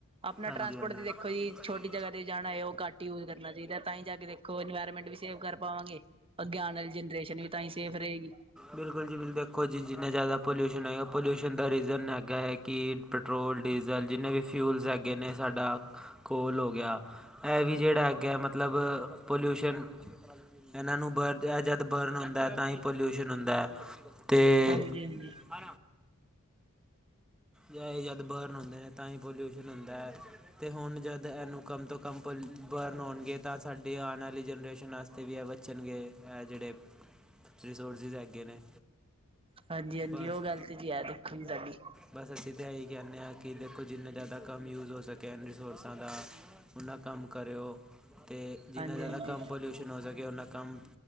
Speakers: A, on the right; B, in the centre.
A: ਆਪਣਾ
B: ਹਾਂਜੀ
A: ਟਰਾਂਸਪੋਰਟ
B: ਹਾਂਜੀ
A: ਦੀ ਕੋਈ ਛੋਟੀ ਜਗ੍ਹਾ ਤੇ ਜਾਣਾ ਹੈ, ਉਹ ਘੱਟ ਯੂਜ ਕਰ ਕਰਣਾ ਚਾਹੀਦਾ ਤਾਂ ਹੀ ਜਾ ਕੇ ਦੇਖੋ ਇਨਵਾਇਰਮੈਂਟ ਵੀ ਸੇਫ ਕਰ ਪਾਵਾਂਗੇ, ਅੱਗੇ ਆਉਣ ਵਾਲੀ ਜਨਰੇਸ਼ਨ ਵੀ ਤਾਂ ਹੀ ਸੇਫ ਰਹੇਗੀ।
B: ਬਿਲਕੁਲ ਜੀ ਬਿਲੁ ਦੇਖੋ, ਜੀ ਜਿੰਨੇ ਜ਼ਿਆਦਾ ਪੋਲਿਊਸ਼ਨ ਹੋਏਗਾ, ਪੋਲਿਊਸ਼ਨ ਦਾ ਰੀਜ਼ਨ ਹੈਗਾ ਹੈ ਕਿ ਪੈਟਰੋਲ ਡੀਜ਼ਲ ਜਿੰਨੇ ਵੀ ਫਿਊਲਸ ਹੈਗੇ, ਨੇ ਸਾਡਾ ਕੋਲ ਹੋ ਗਿਆ। ਇਹ ਵੀ ਜਿਹੜਾ ਹੈਗਾ, ਮਤਲਬ ਪੋਲਿਉਸ਼ਨ। ਐਨਾ ਨੂੰ ਬਰਤਿਆ ਜਦ ਬਰਨ ਹੁੰਦਾ, ਤਾਂ ਹੀ ਪੋਲਿਉਸ਼ਨ ਹੁੰਦਾ ਤੇ
A: ਹਾਂਜੀ ਹਾਂਜੀ
B: ਆ ਜਾਂ ਇਹ ਜਦ ਬਰਨ ਹੁੰਦੇ ਨੇ, ਤਾਂ ਹੀ ਪਲਿਊਸ਼ਨ ਹੁੰਦਾ ਹੈ। ਤੇ ਹੁਣ ਜਦ ਇਹਨੂੰ ਕੰਮ ਤੋਂ ਕੰਮ ਪਲ ਬਰਨ ਹੋਣਗੇ, ਤਾਂ ਸਾਡੀ ਆਉਣ ਵਾਲੀ ਜਨਰੇਸ਼ਨ ਵਾਸਤੇ ਇਹ ਵੀ ਹੈ ਬੱਚਨਗੇ, ਐਹ ਜਿਹੜੇ ਰਿਸੋਰਸਿਸ ਹੈਗੇ ਨੇ।
A: ਹਾਂਜੀ-ਹਾਂਜੀ,
B: ਬਸ
A: ਉਹ ਗੱਲ ਤੇ ਯਾਦ ਹੈ ਸਾਡੀ।
B: ਬਸ ਅਸੀਂ ਤਾਂ ਇਹੀ ਕਹਿੰਨੇ ਹਾਂ ਕਿ ਦੇਖੋ, ਜਿੰਨੇ ਜ਼ਿਆਦਾ ਕੰਮ ਯੂਜ ਹੋ ਸਕੇ, ਰਿਸੋਰਸਾਂ ਦਾ ਉਹਨਾਂ ਕੰਮ ਕਰਿਓ ਤੇ ਜਿੰਨਾ
A: ਹਾਂਜੀ
B: ਜ਼ਿਆਦਾ
A: ਹਾਂਜੀ
B: ਕੰਮ ਪੋਲਿਊਸ਼ਨ ਹੋ ਸਕੇ, ਓਨਾ ਕੰਮ